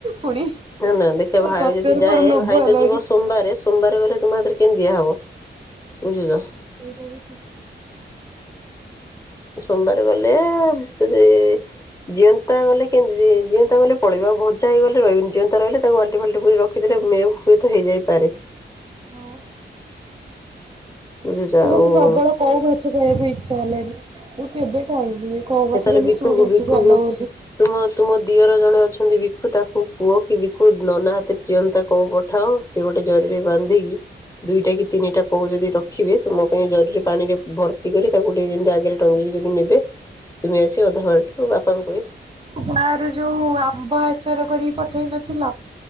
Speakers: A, on the right (about 30°); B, on the left (about 15°).
A: ପୁଣି।
B: ନା ନା ଦେଖିବା ଭାଇ
A: ସତରେ
B: ଯଦି ଯାଏ
A: ମୋର ଲୋଭ
B: ଭାଇ
A: ହେଲାଣି।
B: ତ ଯିବ ସୋମବାରେ ସୋମବାର ଗଲେ ତୁମ ହାତରେ କେମିତି ଦିଆହବ ବୁଝୁଛ?
A: <unintelligible>
B: ସୋମବାର ଗଲେ ଯଦି ଜିଅନ୍ତା ଗଲେ କେମିତି ଜିଅନ୍ତା ଗଲେ ପଳେଇ ଆ ଭଜା ହେଇଗଲେ ରହିବନି ଜିଅନ୍ତା ରହିଲେ ତାକୁ ବାଲଟି ଫାଲଟି ପୁରେଇକି ରଖ ରଖିଥିଲେ ମେ ହୁଏତ ହେଇଯାଇପାରେ।
A: ହଁ।
B: ବୁଝୁଛ
A: ମତେ
B: ଆଉ
A: କିନ୍ତୁ ପ୍ରବଳ କୋଉ ମାଛ ଖାଇବାକୁ ଇଚ୍ଛା ହେଲାଣି ମୁଁ କେବେ ଖାଇନି। କୋଉ
B: ଏ
A: ମାଛ
B: ତାହେଲେ
A: ବୋଲି
B: ବିକୁକୁ
A: ଶୁଣିଛି
B: ବିକୁକୁ
A: ଭଲ ବୋଲି
B: ତୁମ ତୁମ ଦିଅର ଜଣେ ଅଛନ୍ତି ବିକୁୁ ତାକୁ କୁହ କି ବିକୁ ନନା ହାତରେ ଜିଅନ୍ତା କୋଉ ପଠାଅ। ସେ ଗୋଟେ ଜରିରେ ବାନ୍ଧିକି ଦୁଇଟା କି ତିନିଟା କୋଉ ଯଦି ରଖିବେ ତୁମ ପାଇଁ ଜରିରେ ପାଣିରେ ଭର୍ତ୍ତି କରି ତାକୁ ଗୋଟେ ଏମତି ଆଗରେ ଟଙ୍ଗେଇକି ଯଦି ନେବେ ତୁମେ ଆସି ଅଧା ବାଟରୁ ବାପାଙ୍କୁ କହି
A: ଗାଁ ର ଯୋଉ ଆମ୍ବ ଆଚାର କରିକି ପଠେଇ ନଥିଲା।